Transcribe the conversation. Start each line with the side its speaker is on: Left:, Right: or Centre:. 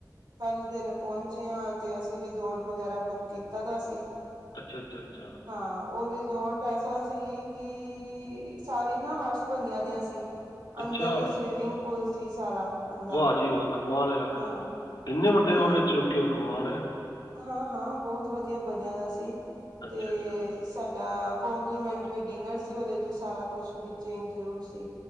Right: ਪਹਿਲ਼ੇ ਦਿਨ ਪਹੁੰਚੇ ਆ ਤੇ ਅਸੀਂ ਰੇਜ਼ੋਰਟ ਵਗੈਰਾ ਬੁੱਕ ਕੀਤਾ ਦਾ ਸੀ।
Left: ਅੱਛਾ ਅੱਛਾ ਅੱਛਾ।
Right: ਹਾਂ ਉਹ ਰਿਜੋਰਟ ਐਸਾ ਸੀ ਕਿ ਸਾਰੀ। ਹਰਸ ਬਣੀਆਂ ਦੀਆਂ ਸੀ
Left: ਅੱਛਾ
Right: ਅੰਦਰ ਹੀ ਸਵੀਮਿੰਗ ਪੂਲ ਸੀ ਸਾਰਾ। ਅੰਦਰ
Left: ਵਾਹ ਜੀ ਵਾਹ ਕਮਾਲ ਹੈ ਯਾਰ
Right: ਹਾਂ
Left: ਕਿੰਨੇ ਵੱਡੇ
Right: ਤੇ
Left: ਹੋਟੇਲ ਚ ਰੁਕੇ ਹੋ ਕਮਾਲ ਆ।
Right: ਹਾਂ ਹਾਂ ਬਹੁਤ ਵਧੀਆ ਬਣਿਆ ਦਾ ਸੀ
Left: ਅੱਛਾ
Right: ਤੇ।
Left: ਅੱਛਾ
Right: ਸਾਡਾ ਕਪਲੀਮੈਂਟਰੀ ਡਿਨਰ ਸੀ ਓਦੇ ਚ ਸਾਰਾ ਕੁਛ ਵਿੱਚ ਇੰਕਲੂਡ ਸੀ।